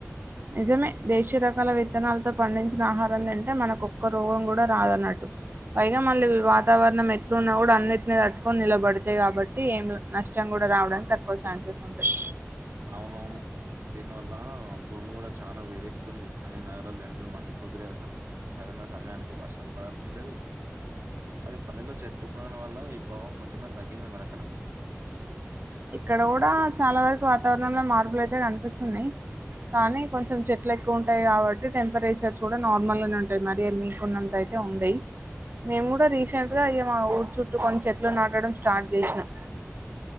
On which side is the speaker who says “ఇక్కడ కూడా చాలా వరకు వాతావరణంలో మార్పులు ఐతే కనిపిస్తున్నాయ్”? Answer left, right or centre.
Right